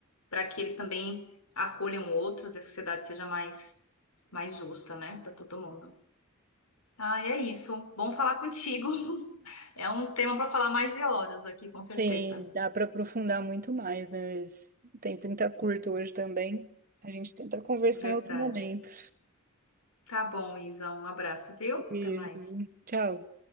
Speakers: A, on the left; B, on the right.
A: para que eles também acolham outros e a sociedade seja mais, mais justa, né, para todo mundo. Ah, é isso. Bom falar contigo. <laughs> É um tema para falar mais de horas aqui, com certeza.
B: Sim, dá para aprofundar muito mais, né? Mas o tempo está curto hoje também. A gente tenta conversar
A: Verdade.
B: em outro momento.
A: Tá bom, Isa. Um abraço, viu?
B: Beijo.
A: Até mais.
B: Tchau.